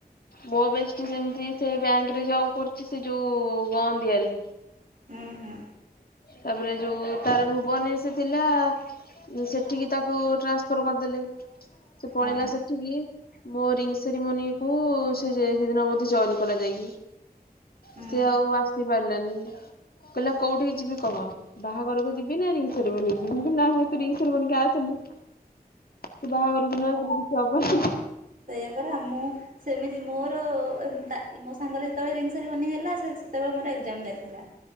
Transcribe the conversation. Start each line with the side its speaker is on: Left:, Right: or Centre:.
Left: ମୋ ବେଷ୍ଟୀ ସେମିତି ସେ ବ୍ୟାଙ୍କରେ ଜବ୍ କରୁଛି ସେ ଯୋଉ ଗଅନ୍ଦିଆରେ।
Right: ହୁଁ ହୁଁ।
Left: ତାପରେ ଯୋଉ ତାର ଭୁବନ ରେ ସେ ଥିଲା। ସେଠିକି ତାକୁ ଟ୍ରାନ୍ସପର କରିଦେଲେ ସେ ପଳେଇଲା
Right: ହଁ
Left: ସେଠିକି ମୋ ରିଙ୍ଗି ସେରିମୋନି କୁ ସେ ଯେ ସେଦିନ ବୋଧେ ଜଏନ୍ କଲା ଯାଇକି।
Right: ହୁଁ
Left: ସେ ଆଉ ଆସି ପାରିଲାନି କହିଲା କୋଉଠିକି ଯିବି କହ ବାହାଘରକୁ ଯିବି ନା ରିଙ୍ଗ ସେରିମୋନି କୁ ଯିବି ମୁଁ କହିଲି ନାଇଁ ନାଁଇ ତୁ ରିଙ୍ଗ ସେରିମନିକୁ ଆସେନି। ତୁ ବାହାଘରକୁ ନଆସିଲେ କିଛି ହବନି ହି
Right: ସେଇୟା ପରା ମୁଁ ସେମିତି ମୋର ତା ମୋ ସାଙ୍ଗର ଯେତେବେଳେ ରିଙ୍ଗ ସେରିମନି ହେଲା ସେ ସେତେବେଳେ ମୋର ଏକ୍ଜାମ ଚାଲିଥିଲା।